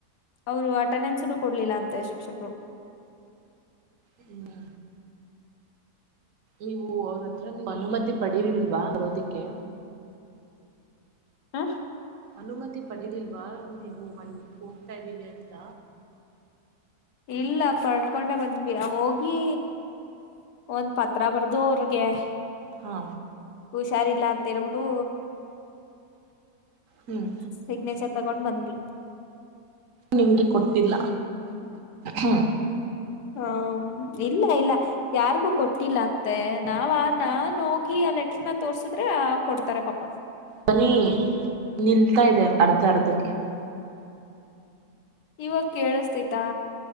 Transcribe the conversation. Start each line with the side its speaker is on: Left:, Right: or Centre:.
Left: ಅವರು ಆಟನನ್ಸ್ ಕೊಡ್ಲಿಲ್ಲ ಅಂತೆ ಶಿಕ್ಷಕರು.
Right: ಹ್ಮ ನೀವು ಅವ್ರ ಹತ್ರ ನೀವು ಅನುಮತಿ ಪಡಿಲಿಲ್ವಾ ಬರೋದಿಕ್ಕೆ.
Left: ಆ
Right: ಅನುಮತಿ ಪಡದಿಲ್ವಾ ನೀವು ಮನ್ ಹೋಗ್ತಾ ಇದ್ದೀವಿ ಅಂತ.
Left: ಇಲ್ಲ ಪಡ್ಕೊಂಡೆ ಬಂದ್ವಿ ಹೋಗಿ ಒಂದ್ ಪತ್ರ ಬರ್ದು ಅವರ್ಗೆ. <inaudible>
Right: ಹಾ
Left: ಹುಷಾರ್ ಇಲ್ಲ ಅಂತ ಹೇಳ್ಬಿಟ್ಟು.
Right: ಹ್ಮ್
Left: ಸಿಗ್ನೇಚರ್ ತಗೊಂಡ್ ಬಂದ್ವಿ.
Right: ನಿಮ್ಗೆ ಕೊಟ್ಟಿಲ್ಲ ಹ್ಮ್
Left: ಹ ಇಲ್ಲ ಇಲ್ಲ ಯಾರಿಗೂ ಕೊಟ್ಟಿಲ್ಲ ಅಂತೆ ನಾವ ನಾ ಹೋಗಿ. ಲೆಟರ್ ನ ತೋರ್ಸಿದ್ರೆ ಕೊಡ್ತಾರೆ ಪಾಪ.
Right: ಹನಿ ನಿಲ್ತಾ ಇದೆ ಅರ್ಧ ಅರ್ಧಕ್ಕೆ.
Left: ಇವಾಗ ಕೇಳಿಸತೈತಾ.